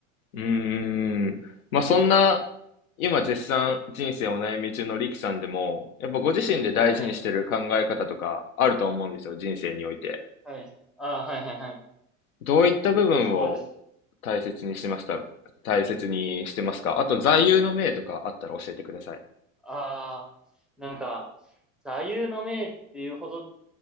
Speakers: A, on the left (about 80°); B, in the centre.
A: うーん。まあ、そんな、今絶賛人生お悩み中のリキさんでも、やっぱご自身で大事にしてる考え方とかあると思うんですよ、
B: はい。
A: 人生において。
B: はい。ああ、はいはいはい。
A: どういった部分を
B: そうです。
A: 大切にしてますか大切にしてますかあと、座右の銘とかあったら教えてください。
B: ああ、なんか、座右の銘っていうほど